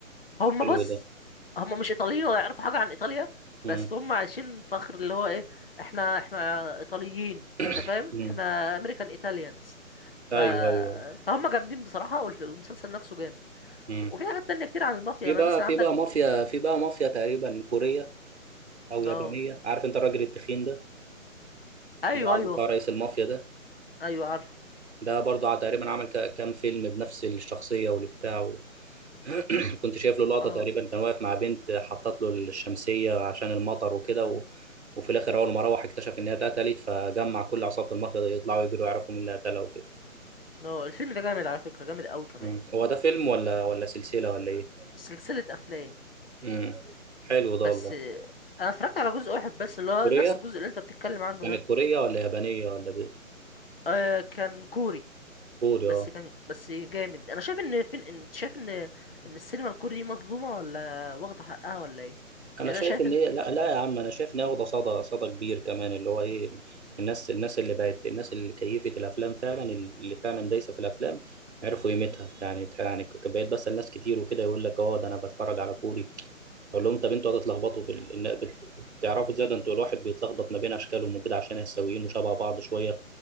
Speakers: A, on the left; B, on the right.
A: هم
B: حلو
A: بص
B: ده
A: هم مش ايطاليين ولا يعرفوا حاجه عن ايطاليا
B: امم
A: بس هم عايشين فخر اللي هو ايه احنا احنا ايطاليين
B: <clears throat>
A: انت فاهم
B: امم
A: احنا امريكان ايطاليانز
B: <coughs>
A: ف...
B: ايوه ايوه أيوة.
A: فهم جامدين بصراحه والف- والمسلسل نفسه جامد
B: امم
A: وفي حاجات تانية كتير عن المافيا
B: في
A: يعني
B: بقى
A: مثلا
B: في
A: عندك
B: بقى مافيا في بقى مافيا تقريبا كوريه او يابانيه
A: اه
B: عارف انت الراجل التخين ده
A: ايوه
B: اللي هو عامل
A: ايوه
B: فيها رئيس المافيا ده
A: ايوه عارف
B: ده برضه ع- تقريبا عمل ك- كام فيلم بنفس الشخصيه والبتاع و... <coughs> <clears throat> كنت شايف له لقطه
A: اه
B: تقريبا كان واقف مع بنت حطت له الشمسيه عشان المطر وكده و... وفي الاخر اول ما روح اكتشف ان هي اتقتلت فجمع كل عصابه المافيا دي يطلعوا يجروا يعرفوا مين اللي قتلها وكده
A: اه الفيلم ده جامد على فكره جامد قوي كمان
B: مم. هو ده فيلم ولا ولا سلسله ولا ايه
A: سلسله افلام
B: امم حلو ده
A: بس
B: والله
A: انا اتفرجت على جزء واحد بس اللي هو
B: كورية
A: نفس الجزء اللي انت بتتكلم عنه
B: كانت
A: ده
B: كورية ولا يابانية ولا ب-
A: آه كان كوري
B: كوري
A: بس
B: اه
A: كان بس جامد انا شايف ان فين انت شايف ان ان السينما الكوري دي مظلومه ولا واخده حقها ولا ايه
B: انا
A: يعني
B: شايف
A: انا شايف
B: ان
A: ان
B: هي لا لا يا عم انا شايف ان هي واخده صدى صدى كبير كمان اللي هو ايه الناس الناس اللي بقت الناس اللي كيفت الافلام فعلا اللي فعلا دايسه في الافلام عرفوا قيمتها يعني تح- يعني ك- بقيت بسال ناس كتير وكده يقول لك اه ده انا بتفرج على كوري اقول لهم طب انتوا هتتلخبطوا في ال... إن- بت- بتعرفوا ازاي ده انتوا الواحد بيتلخبط ما بين اشكالهم وكده عشان هي سويين وشبه بعض شويه